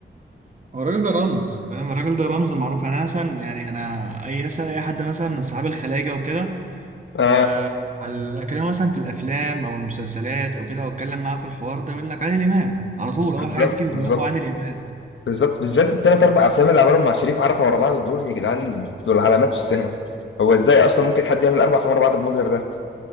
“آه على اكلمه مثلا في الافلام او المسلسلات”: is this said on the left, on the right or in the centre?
Right